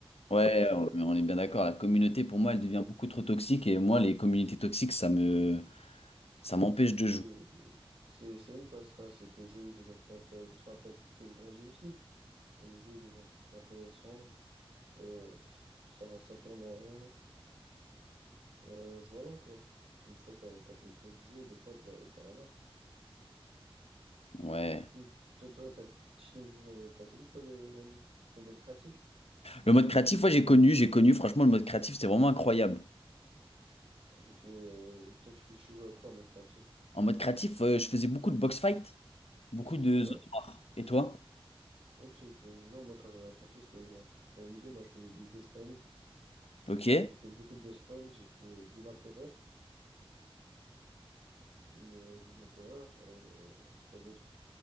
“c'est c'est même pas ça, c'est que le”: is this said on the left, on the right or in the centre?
Right